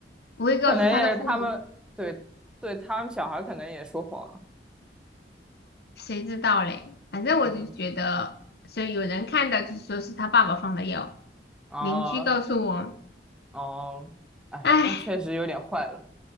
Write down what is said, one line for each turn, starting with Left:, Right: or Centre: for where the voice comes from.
Left: 不会告诉他的父母？
Centre: 可能也是他们对对他们小孩可能也说谎了，
Left: 谁知道嘞？反正我就觉得，
Centre: 嗯
Left: 所以有人看到就说是他爸爸放的药，
Centre: 哦
Left: 邻居告诉我，
Centre: 哦，哎，
Left: 哎，
Centre: 那确实有点坏了，